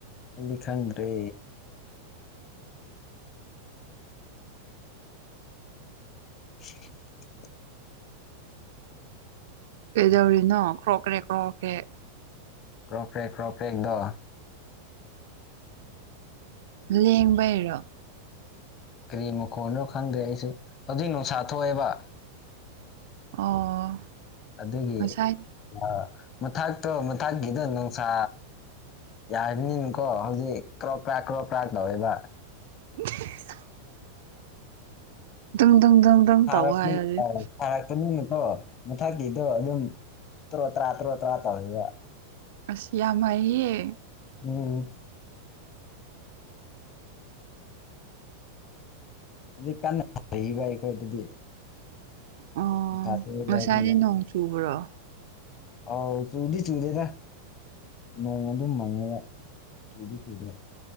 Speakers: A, on the left; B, on the right.
A: ꯗꯨꯗꯤ ꯈꯪ꯭ꯔꯦ <unintelligible> <inaudible>
B: ꯀꯩꯗꯧꯔꯤꯅꯣ ꯀ꯭ꯔꯣꯈ꯭ꯔꯦ ꯈ꯭ꯔꯣꯀ꯭ꯔꯦ
A: ꯀ꯭ꯔꯣꯄ꯭ꯔꯒ ꯀ꯭ꯔꯣ꯭ꯔꯦꯒꯗ
B: ꯂꯦꯡꯕꯔꯣ
A: ꯀ꯭ꯔꯤ ꯃꯈꯣꯟꯅꯣ ꯈꯪꯗ꯭ꯔꯦ ꯑꯩꯁꯨ ꯍꯧꯖꯤꯛ ꯅꯨꯡꯁꯥ ꯊꯣꯛꯑꯦꯕ
B: ꯑꯣ
A: ꯑꯗꯨꯒꯤ
B: ꯉꯁꯥꯏꯗꯤ
A: ꯑ ꯃꯊꯥꯛꯇꯣ ꯃꯊꯥꯛꯀꯤꯗꯣ ꯅꯨꯡꯁꯥ ꯌꯥꯕꯅꯤꯅꯀꯣ ꯍꯧꯖꯤꯛ ꯀ꯭ꯔꯣꯛ ꯀ꯭ꯔꯥꯛ ꯀ꯭ꯔꯣꯛ ꯀ꯭ꯔꯥꯛ ꯇꯧꯋꯦꯕ
B: <unintelligible> <inaudible> ꯗꯨꯡ ꯗꯨꯡ <inaudible>
A: ꯐꯔꯛ
B: ꯇꯧ ꯍꯥꯏ ꯍꯧꯖꯤꯛ
A: ꯐꯔꯛꯇ ꯅꯨꯡ <unintelligible> ꯃꯊꯛꯀꯤꯗꯣ ꯑꯗꯨꯝ ꯇ꯭ꯔꯣ ꯇ꯭ꯔꯥ ꯇ꯭ꯔꯣ ꯇ꯭ꯔꯥ ꯇꯧꯋꯦꯕ
B: ꯑꯁ ꯌꯥꯝ ꯍꯩꯌꯦ
A: ꯎꯝ ꯑꯗꯨ ꯀꯟꯅꯔꯤꯕ ꯑꯩꯈꯣꯏ ꯑꯗꯨꯗꯤ
B: ꯑꯣ
A: <unintelligible>
B: ꯉꯁꯥꯏꯗꯤ ꯅꯣꯡ ꯆꯨꯕ꯭ꯔꯣ
A: ꯑꯥꯎ ꯆꯨꯗꯤ ꯆꯨꯗꯦꯗ ꯅꯣꯡ ꯑꯗꯨꯝ ꯃꯪꯉꯦꯕ ꯆꯨꯗꯤ ꯆꯨꯗꯦ